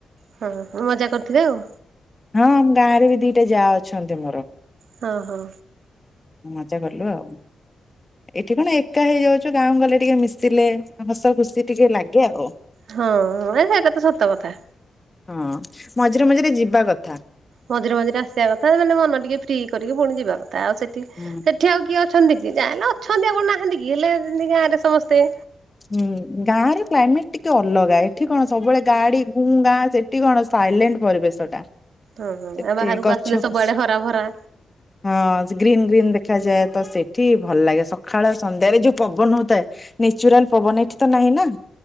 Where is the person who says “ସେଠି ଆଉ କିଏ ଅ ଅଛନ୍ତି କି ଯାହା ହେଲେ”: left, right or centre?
Right